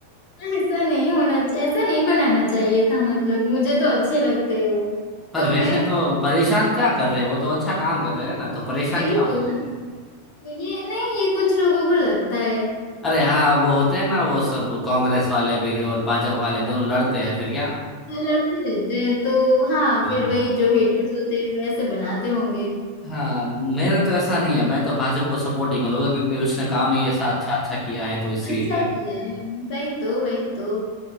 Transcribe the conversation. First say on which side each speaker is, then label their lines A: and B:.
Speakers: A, on the left (about 45°); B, on the left (about 15°).
A: ऐसा ऐसा नहीं होना चाहिए ऐसा नहीं बनाना चाहिए था मतलब मुझे तो अच्छे लगते हैं वो
B: पर
A: तुम्हें
B: वैसे तो परेशान क्या कर रहे हैं वो तो अच्छा काम कर रहे हैं ना तो परेशान
A: वही
B: क्या हुआ
A: तो ना तो ये नहीं ये कुछ लोगों को लगता है
B: अरे हाँ वो होते हैं ना वो सब कांग्रेस वाले भी और भाजपा वाले दोनों लड़ते हैं फिर क्या
A: लड़ते रहते हैं तो हाँ
B: हाँ
A: फिर वही जो हेटर्स होते हैं वो ऐसे बनाते होंगे
B: हाँ मेरा तो ऐसा नहीं है मैं तो भाजपा को सपोर्ट ही करूंगा क्योंकि उसने काम ही ऐसा अच्छा अच्छा किया है तो इसीलिए
A: अच्छा किया है वही तो वही तो